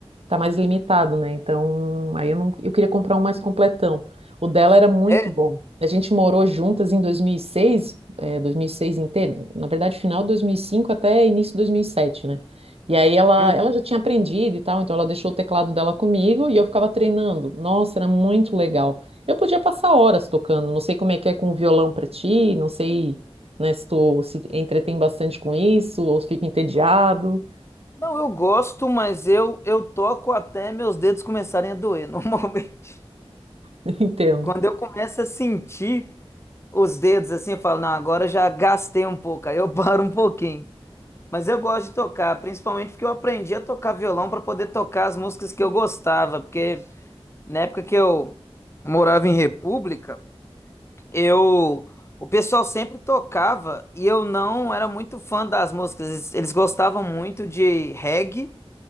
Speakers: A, on the right (about 70°); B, on the left (about 25°).
A: Tá mais limitado, né? Então, aí eu não, eu queria comprar um mais completão. O dela era muito
B: É?
A: bom. A gente morou juntas em 2006, é, 2006 inteiro, na verdade, final de 2005 até início de 2007, né? E aí ela,
B: Uhum.
A: ela já tinha aprendido e tal, então ela deixou o teclado dela comigo e eu ficava treinando. Nossa, era muito legal. Eu podia passar horas tocando, não sei como é que é com o violão pra ti, não sei, né, se tu se entretém bastante com isso ou se fica entediado,
B: Não, eu gosto, mas eu, eu toco até meus dedos começarem a doer, <laughs> normalmente.
A: <laughs> entendo.
B: Quando eu começo a sentir os dedos assim, eu falo, não, agora já gastei um pouco, aí eu paro um pouquinho. Mas eu gosto de tocar, principalmente porque eu aprendi a tocar violão para poder tocar as músicas que eu gostava, porque na época que eu morava em República, eu o pessoal sempre tocava e eu não era muito fã das músicas. Eles, eles gostavam muito de reggae,